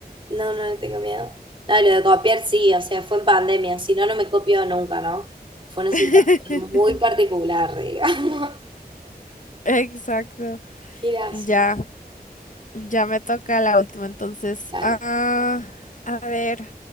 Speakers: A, on the right (about 30°); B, on the left (about 50°).
A: No, no le tengo miedo. No, lo de copiar sí, o sea, fue en pandemia, si no, no me copió nunca, ¿no? Fue una situación
B: <laughs>
A: muy particular, digamos.
B: Exacto.
A: <laughs> Qué gracioso.
B: Ya, ya me toca la última entonces.
A: Dale.
B: Ah, a ver,